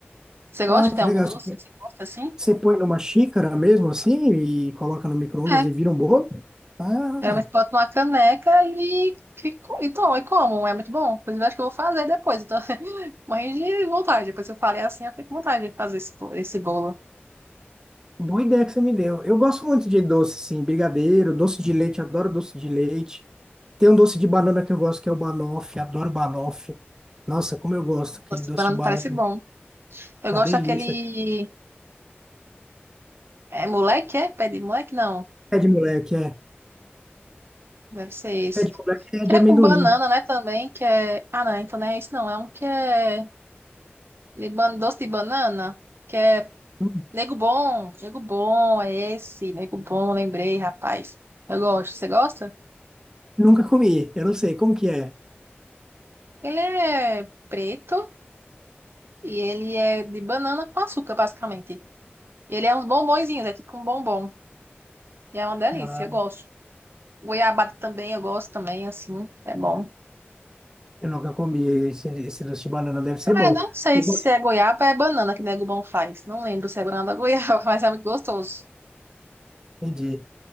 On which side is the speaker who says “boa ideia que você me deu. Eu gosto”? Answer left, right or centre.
Right